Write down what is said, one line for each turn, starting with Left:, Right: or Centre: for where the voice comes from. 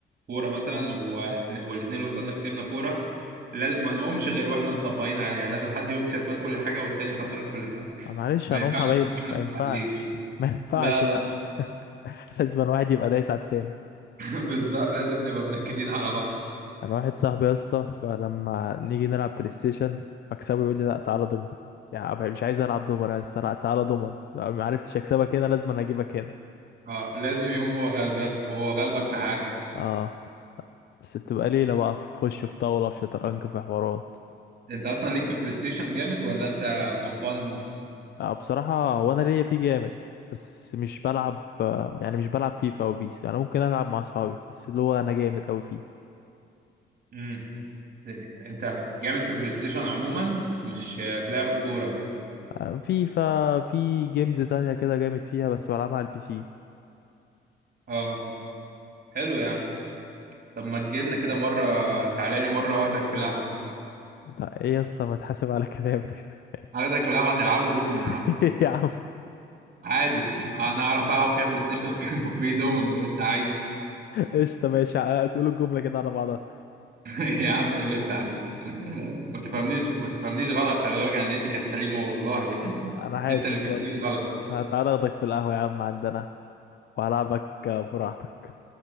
Right: فوره مثلا واتن- والاتنين اللي قصادنا كسبنا فوره لا- ما نقومش غير واحنا مطبقين عليها لازم حد يقوم كسبان كل حاجه والتاني خسران كل حاجه <laughs>
Left: آه، معلش
Right: ما
Left: هنقوم
Right: ينفعش
Left: حبايب
Right: نقوم احنا
Left: ما
Right: متعادلين
Left: ينفعش ما ينفعش
Right: لا لا
Left: لا <laughs> لازم واحد يبقى دايس على التاني
Right: <laughs> بالظبط لازم نبقى منكدين على بعض
Left: انا واحد صاحبي يا اسطى بقى لما نيجي نلعب بلاي ستيشن اكسبه يقول لي لا تعالى دومر يعني أبقى مش عايز العب دومر يا اسطى لا تعالى دومر لا ما عرفتش اكسبك هنا لازم انا اجيبك هنا
Right: اه لازم يقوم هو غلبان وهو غلبك في حاجه
Left: اه بس بتبقى ليله بقى في- تخش في طاوله في شطرنج في حوارات
Right: انت اصلا ليك في البلاي ستيشن جامد ولا انت فور فن
Left: آه بصراحه هو انا ليا فيه جامد بس مش بلعب آه، يعني مش بلعب فيفا وبيس انا ممكن العب مع اصحابي بس اللي هو انا جامد اوي فيه
Right: امم انت جامد في البلاي ستيشن عموما مش في لعب الكوره
Left: آه، فيفا في جيمز تانية كده جامد فيها بس بلعبها على البي سي
Right: اه حلو يا عم طب ما تجيلنا كده مرة تعالى لي مرة واخدك في القهوة
Left: طب ايه يا اسطى ما تحاسب على كلامك
Right: اخدك في القهوة هنلعبوا دومينو يا
Left: <laughs>
Right: عم
Left: يا عم
Right: عادي <laughs> انا اعرف قهوة فيها بلاي ستيشن وفي <laughs> وفي دومينو اللي انت عايزه
Left: قشطة ماشي قول الجملة كده على بعضها
Right: <laughs> يا عم اللي انت عايزه <laughs> ما تفهمنيش
Left: إيه،
Right: ما تفهمنيش غلط خلي بالك انا نيتي كانت سليمة والله <laughs>
Left: أنا حاسس
Right: انت اللي فهمتني
Left: برضه
Right: غلط
Left: هتعالى أخدك في القهوة يا عم عندنا وهلعبك براحتك